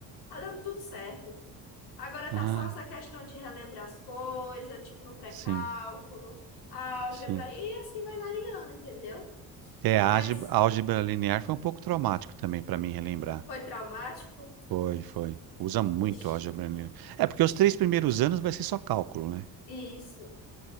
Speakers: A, on the left (about 75°); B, on the right (about 65°).
A: tá dando tudo certo. Agora tá
B: aham,
A: só essa questão de relembrar as coisas, tipo, no pré-cálculo,
B: sim,
A: álgebra,
B: sim.
A: e assim vai variando, entendeu?
B: É, a
A: Mas
B: álgebra, a álgebra linear foi um pouco traumático também para mim relembrar.
A: foi traumático?
B: Foi, foi. Usa muito
A: Vixe,
B: a álgebra linear. É porque os três primeiros anos vai ser só cálculo, né?
A: isso.